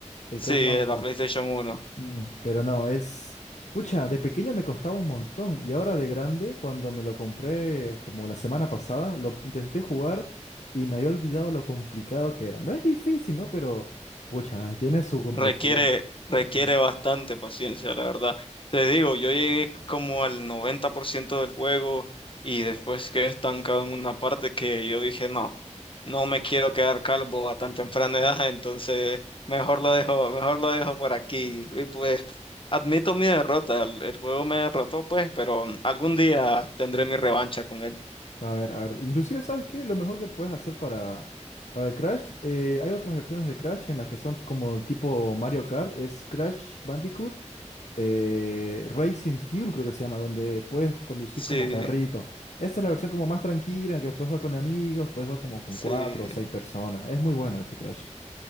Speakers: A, on the left; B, on the left.
A: el
B: Sí,
A: Crash Bandicoot.
B: es la PlayStation uno
A: Mm, pero no, es... Pucha, de pequeño me costaba un montón y ahora de grande, cuando me lo compré como la semana pasada, lo intenté jugar y me había olvidado lo complicado que era. No es difícil, ¿no? Pero, pucha, tiene su complejidad.
B: Requiere, requiere
A: Mm.
B: bastante paciencia, la verdad. Te digo, yo llegué como al 90% del juego y después quedé estancado en una parte que yo dije, no, no me quiero quedar calvo a tan temprana edad, entonces mejor lo dejo, mejor lo dejo por aquí. Y pues admito mi derrota, el, el juego me derrotó pues, pero algún día tendré mi revancha con él.
A: A ver, a ver. Inclusive, ¿sabes qué? Lo mejor que puedes hacer para, para el Crash, eh, hay otras versiones de Crash en las que son como el tipo Mario Kart, es Crash Bandicoot, eh, Racing Fuel creo que se llama, donde puedes conducir
B: Sí,
A: como carrito. Esta es la versión como más tranquila, que puedes jugar con amigos, puedes jugar como con
B: sí.
A: cuatro o seis personas. Es muy bueno ese Crash.